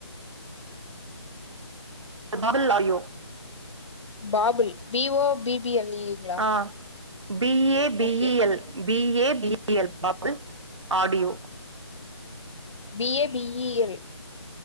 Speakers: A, on the right; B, on the left.
A: பாபிள்லாயோ
B: Babel B O B B L ங்களா
A: ஆ B A B
B: okay
A: E L B A B E L Babel audio
B: B A B E L